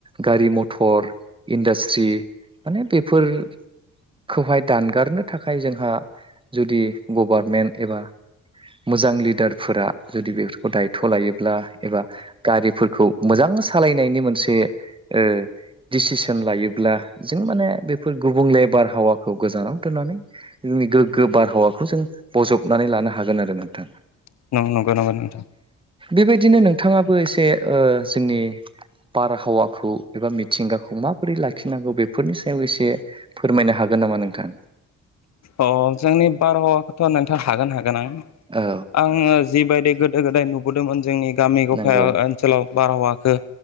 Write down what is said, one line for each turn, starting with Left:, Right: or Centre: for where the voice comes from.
Right: गारि मथर इन्डास्ट्रि माने बेफोर खौहाय दानगारनो थाखाय जोंहा जुदि गभारमेन्ट एबा मो जां लिडारफोरा जुदि बेफोरखौ दायथ' लायोब्ला एबा गारिफोरखौ मोजां सालायनायनि मोनसे दिडसिसन लायोब्ला जों माने बेफोर गुबुंले बारहावाखौ गोजानाव दोननानै जोंनि गोग्गो बारहावाखौ जों बजबनानै लानो हागोन आरो नों थां
Left: नंगौ नंगौ नोंथां
Right: बेबायदिनो नोंथाङाबो एसे ओ जोंनि बारहावाखौ एबा मिथिंगाखौ माबोरै लाखिनांगौ बेफोरनि सायाव एसे फोरमायनो हा गोन नामा नोंथां
Left: अ जोंनि बारहावाखौथ' नोंथां हागोन हा गोनां
Right: औ
Left: आङो जिबायदि गोदो गोदाय नुबोदोंमोन जोंनि गामि गफाया
Right: नंगौ
Left: ओनसोलाव बारहावखौ